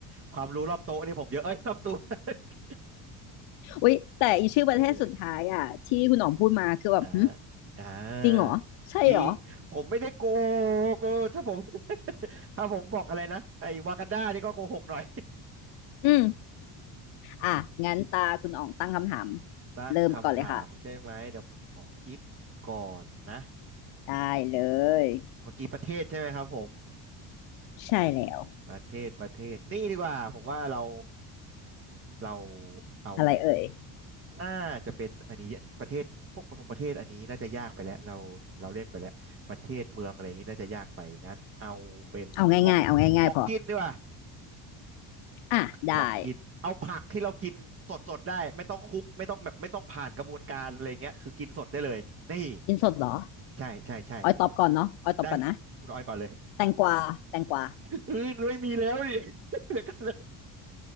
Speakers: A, on the right; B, on the left.
A: ความรู้รอบโต๊ะนี่ผมเยอะเอ้ยรอบตัว <laughs>
B: อุ้ยแต่อีชื่อประเทศสุดท้ายอ่ะที่คุณน้องพูดมาคือแบบหึ
A: โอเค <laughs> อ่าอ่า
B: จริงเหรอใช่เหรอ
A: จริงผมไม่ได้โกหกเออถ้าผม <laughs> ถ้าผมบอกอะไรนะไอ้วากันดานี่ก็โกหกหน่อย
B: อืม อ่ะงั้นตาคุณอ๋องตั้งคำถาม
A: <laughs> ตั้งคำถามใช่ไหมเดี๋ยวผมขอคิดก่อนนะ
B: เริ่มก่อนเลยค่ะได้เลย
A: เมื่อกี้ประเทศใช่ไหมครับผม
B: ใช่แล้ว
A: ประเทศประเทศนี่ดีกว่าผมว่าเราเราเอา
B: อะไรเอ่ย
A: น่าจะเป็นอันนี้ประเทศพวกปฐมประเทศอันนี้น่าจะยากไปแล้วเราเราเล่นไปแล้วประเทศเมืองอะไรอย่างนี้น่าจะยากไปงั้นเอาเป็นของของกินดีกว่า
B: เอาง่ายๆเอาง่ายๆพออ่ะได้
A: ของกินเอาผักที่เรากินสดสดได้ไม่ต้องคุกไม่ต้องแบบไม่ต้องผ่านกระบวนการอะไรเงี้ยคือกินสดได้เลยนี่
B: กินสดเหรอ
A: ใช่ใช่ใช่
B: ออยตอบก่อนเนาะออยตอบก่อนนะ
A: ได้คุณออยก่อนเลย
B: แตงกวาแตงกวา
A: <laughs> อือไม่มีแล้วดิ <laughs> เดี๋ยวกัน